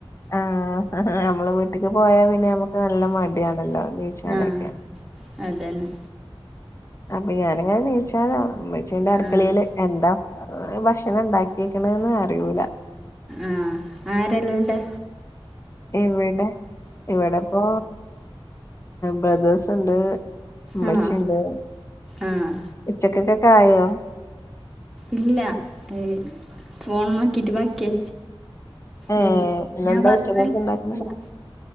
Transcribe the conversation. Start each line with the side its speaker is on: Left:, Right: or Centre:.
Left: ആഹ നമ്മള് വീട്ടിക്ക് പോയാ പിന്നെ നമ്മുക്ക് നല്ല മടിയാണല്ലോ നീച്ചാനൊക്കെ
Centre: ആഹ അതെന്നെ
Left: അപ്പൊ ഞാൻ ഇങ്ങനെ നീച്ചാതെ അച്ചീന്റെ അടുക്കളയിയില്
Centre: ആഹ്
Left: എന്താ ഭക്ഷണം ഉണ്ടാക്കിേക്കണന്ന് അറിയൂല
Centre: ആഹ ആരെല്ലാംണ്ട്.
Left: ഇവിടെ ഇവിടെപ്പോ ബ്രദേേഴ്സ് ഉണ്ട് ഉമ്മച്ചിണ്ട്
Centre: ആഹ് ആഹ്
Left: ഉച്ചക്കൊക്കെ ആയോ
Centre: ഇല്ല ഏ ഫോൺ നോക്കിട്ട് ബാക്കേ
Left: ഏഹ്
Centre: ഉ
Left: ഇന്നെന്താ
Centre: ഞാൻ പറഞ്ഞത്
Left: ഉച്ചക്കൊക്കെ ഉണ്ടാക്കണെ
Centre: കേക്ക്ണ്ട